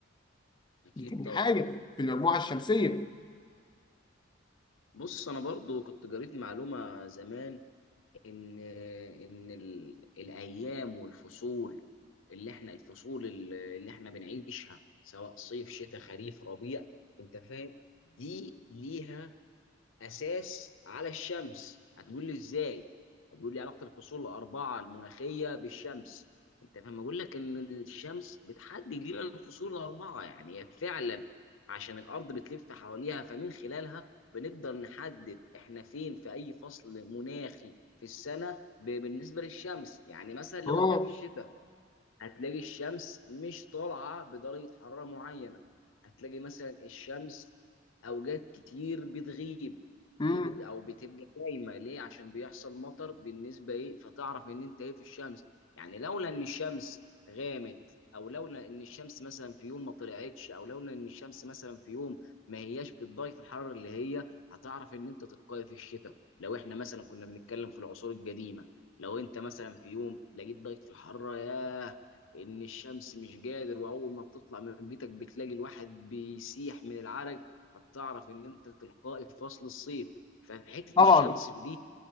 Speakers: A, on the left; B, on the left.
A: اكيد
B: دي تاني
A: طبعا
B: حاجة في المجموعة الشمسية
A: بص انا برضو كنت قريت معلومة زمان ان ان ال... الايام والفصول اللي احنا الفصول اللي اللي احنا بنعيشها سواء صيف شتاء خريف ربيع انت فاهم دي ليها اساس على الشمس هتقول لي ازاي هتقول لي علاقه الفصول الاربعه المناخيه بالشمس انت فاهم اقول لك ان الشمس بتحدد لنا الفصول الاربعه يعني هي فعلا عشان الارض بتلف حواليها فمن خلالها بنقدر نحدد احنا فين في اي فصل مناخي في السنه ب- بالنسبه للشمس يعني مثلا لو
B: اه
A: انت في الشتاء هتلاقي الشمس مش طالعة بدرجة حرارة معينة هتلاقي مثلا الشمس أوقات كتير بتغيب
B: امم
A: ليه بت... أو بتبقى دايمة ليه عشان بيحصل مطر بالنسبة إيه فتعرف إن أنت إيه في الشمس يعني لولا إن الشمس غامت أو لولا إن الشمس مثلا في يوم ما طلعتش أو لولا إن الشمس مثلا في يوم ما هياش بالدرجة الحرارة اللي هي هتعرف إن أنت تتقي في الشتاء لو إحنا مثلا كنا بنتكلم في العصور القديمة لو أنت مثلا في يوم لقيت درجة الحرارة يا ان الشمس مش قادر واول ما بتطلع من بيتك بتلاقي الواحد بيسيح من العرق هتعرف ان انت تلقائي في فصل الصيف فحته
B: طبعا
A: الشمس دي